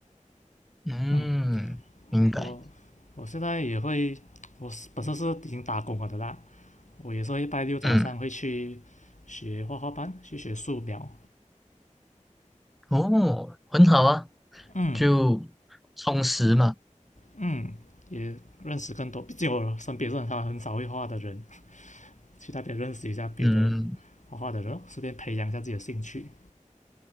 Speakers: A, in the centre; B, on the left (about 70°).
A: 嗯，
B: 嗯，
A: 明白。
B: 我我现在也会，我本身是已经打工了的啦，我也是会拜六早上会去学画画班，
A: 嗯，
B: 去学素描。
A: 哦，很好啊，
B: 嗯
A: 就充实嘛。
B: 嗯，也认识更多，毕竟我身边是很少很少会画的人，去那边认识一下别的
A: 嗯。
B: 画画的人，顺便培养一下自己的兴趣。